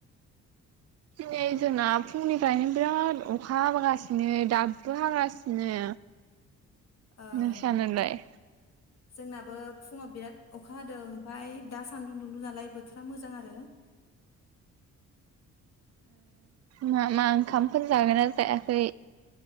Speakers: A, on the right; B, on the left.
A: दिनै जोंना फुंनिफायनो बिराद अखा हाबोगासिनो। दाबो हागासिनो।
B: ओं
A: नोंसानालाय
B: जोंनाबो फुङाव बिराद अखा हादों ओमफ्राय दा सान्दुं दुंदों नालाय बोथोरा मोजां आरो।
A: मा मा ओंखामफोर जागोन ना जायाखै?